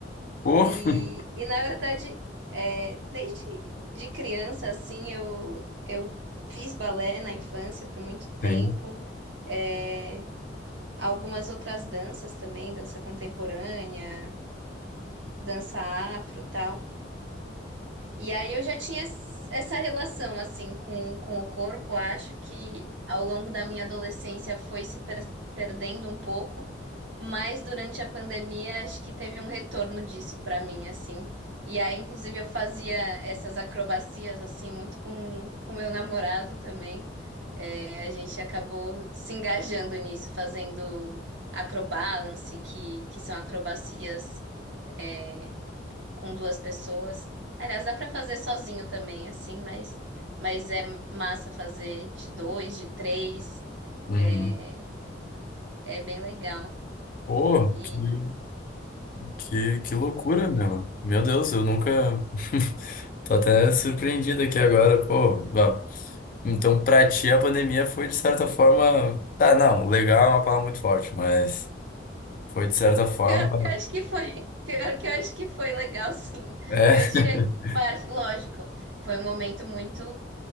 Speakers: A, on the left; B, on the right.
A: Pô,
B: e,
A: <laughs>
B: e na verdade é, desde de criança assim eu eu fiz balé na infância por muito tempo
A: sim.
B: é, algumas outras danças também dança contemporânea dança afro tal E aí eu já tinha es- essa relação assim com, com o corpo, acho que ao longo da minha adolescência foi se per- perdendo um pouco, mas durante a pandemia acho que teve um retorno disso para mim assim. E aí inclusive eu fazia essas acrobacias assim muito com com meu namorado também. É, a gente acabou se engajando nisso, fazendo acrobalance, que, que são acrobacias é, com duas pessoas. Aliás, dá para fazer sozinho também, assim, mas, mas é massa fazer de dois, de três.
A: Uhum.
B: É, é bem legal.
A: Pô,
B: E
A: que, que, que loucura, meu. Meu Deus, eu nunca. <laughs> Tô até surpreendido aqui agora, pô. va- Então, pra ti, a pandemia foi, de certa forma. Tá, não, legal é uma palavra muito forte, mas foi, de certa forma.
B: pior que eu acho que foi, <laughs> pior que eu acho que foi legal, sim.
A: É,
B: Eu
A: <laughs>
B: diria que, parte- lógico, foi um momento muito,